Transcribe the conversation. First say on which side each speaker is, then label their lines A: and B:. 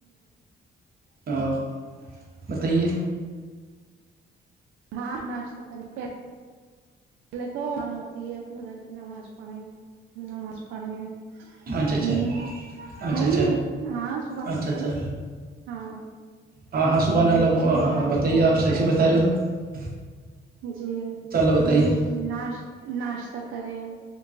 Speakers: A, on the right; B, on the right.
A: تو <unintelligible> بتائیے
B: ہاں ناشتا کرنے پہلے تو اذان ہوتی ہے پھر اپنےگھر کے اندھر نماز پڑھیں نماز پڑھیں
A: اچھا
B: ہوں
A: اچھا اچھا
B: ہے نہیں ہاں صبح
A: اچھا اچھا
B: کے ٹائم
A: اچھا
B: ہاں
A: ہاں ہاں صبح نہ
B: پھر
A: لبو
B: اس کے
A: ہاں
B: بعد
A: ہاں بتائیے
B: میں
A: آپ صحی سے بتا رہے ہو ہ
B: جی
A: بتائیے
B: پھر ناش ناشتہ کریں